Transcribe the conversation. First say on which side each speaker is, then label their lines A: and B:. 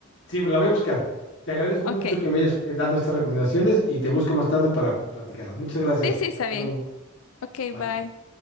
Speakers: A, on the left; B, on the left.
A: sí, pues la voy a buscar. Te agradezco
B: Ok.
A: mucho que me hayas eh, dado estas recomendaciones y te busco más tarde para platicarlas. Muchas gracias.
B: Sí, sí, está
A: Hasta
B: bien.
A: luego.
B: Ok,
A: Bye.
B: bye.